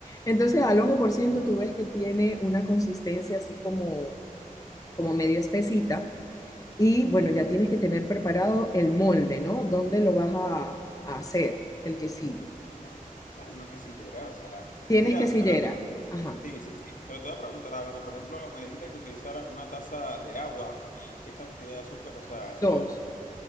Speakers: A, on the left; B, on the left.
A: Entonces, al ojo por ciento tú ves que tiene una consistencia así como, como medio espesita y bueno, ya tienes que tener preparado el molde, ¿no? ¿Dónde lo vas a, a hacer el quesillo?
B: No, Bueno, una quesillera, o sea,
A: Tienes
B: mira,
A: quesillera,
B: pero
A: ajá,
B: sí, sí, sí, pero te voy a preguntar algo, por ejemplo, me dijiste que utilizara una taza de agua y qué cantidad de azúcar, o sea, eso...
A: dos,